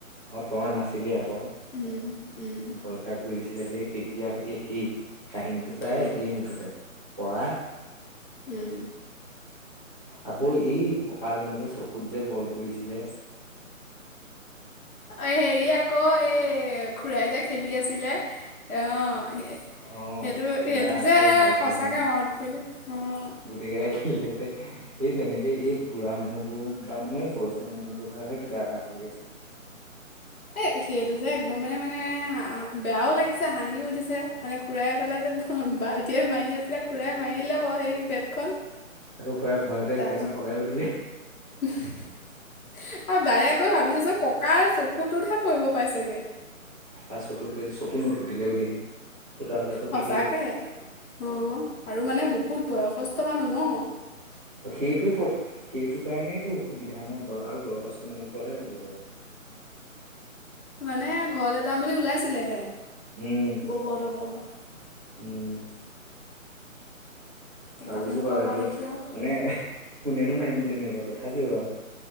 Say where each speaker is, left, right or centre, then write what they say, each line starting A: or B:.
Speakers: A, on the right; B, on the left.
A: অ তই নাছিলি আকৌ
B: উম, উম,
A: ভয় খাই পৰিছিল সেই তেতিয়াৰ সতে একেই কাহিনীটো প্ৰায়
B: উম।
A: একেই মুঠতে পৰা
B: উম
A: আ ঐ এই ককা জনৰ যে চকুত যে বল পৰিছিলে
B: অ হেৰিয়া গ এক খুৰাই যে খেলি আছিলে অ স
A: অ
B: সেইটো
A: খুৰা
B: সেইটো
A: আকৌ
B: যে
A: ভাইটিহঁত
B: সঁচাকে মনত পৰিলে উম
A: গোটেই কেইটাই খেলিলে গোটেই সেই তেনেকে এই বুঢ়া মানুহবোৰ বা মানে বয়সীয়াল মানুহবোৰ হে কিবা এটা হয়গে
B: এ সেইটো যে একদমেই মানে হ বেয়াও লাগিছে হাঁহিও উঠিছে মানে খুৰাই পেলাই হ বাই মাৰি আছিল খুৰাই মাৰি দিলে বাৰু হেৰি বেটখন
A: আকৌ খুৰাই ভয়তে
B: তাৰ
A: সেইটো কাৰণে পলাইও দিলে
B: আৰু ডাইৰেক গৈ ভাবিচাসুন ককাৰ চকুটোতহে পৰিব পাইছেগে।
A: ককা চকুত পৰি চকু নুফুটিলে বুলিহে। ফুটা হলেতো
B: সচাকে
A: শেষেই
B: অ আৰু মানে বুত বহুত বয়সস্থ মানুহ ন।
A: সেইটোৱে সেইটো কাৰণেইটো অসুবিধা ন আৰু বয়সস্থ মানুহ বুকৰ হে সেইবোৰ হয়।
B: মানে ঘৰলে যাম বুলি ওলাইছিলেহে।
A: উম
B: ব'ব হেটৰ ঘৰপা।
A: উম।
B: তাৰপা
A: ভাবিছো
B: তেনেকুৱা
A: বাৰু সেইটো
B: হোৱা দেখি আৰু
A: মানে কোনেনো মাৰিম বুলি মাৰিব তথাপিও আৰু।